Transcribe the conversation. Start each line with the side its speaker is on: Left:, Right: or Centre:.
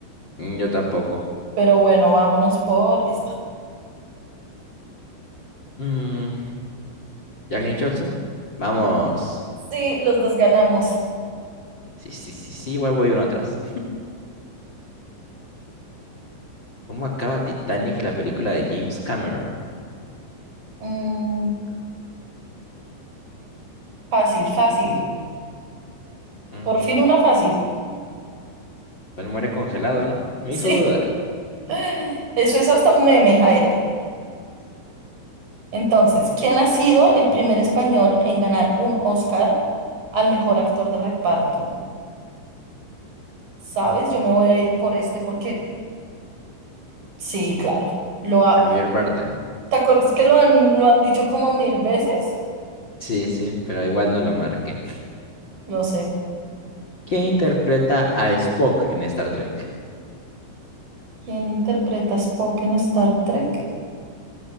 Left: yo tampoco.
Right: Pero bueno, vámonos por esta.
Left: Mm, Jack Nicholson. Vamos.
Right: Sí, los dos ganamos.
Left: Sí, sí, sí, sí, voy, voy uno atrás. ¿Cómo acaba Titanic, la película de James Cameron?
Right: Mm, fácil, fácil.
Left: Mm,
Right: Por fin una fácil.
Left: él muere congelado, ¿no? Me
Right: Sí.
Left: hizo dudar.
Right: <laughs> Eso es hasta un meme, Jairo. Entonces, ¿quién ha sido el primer español en ganar un Oscar al mejor actor de reparto? ¿Sabes? Yo me voy a ir por este porque sí, claro. Lo ha-
Left: Javier Bardem.
Right: ¿Te acuerdas que lo han, lo han dicho como mil veces?
Left: Sí, sí, pero igual no lo marqué.
Right: Lo sé.
Left: ¿Quién interpreta a Spock en Star Trek?
Right: ¿Quién interpreta a Spock en Star Trek?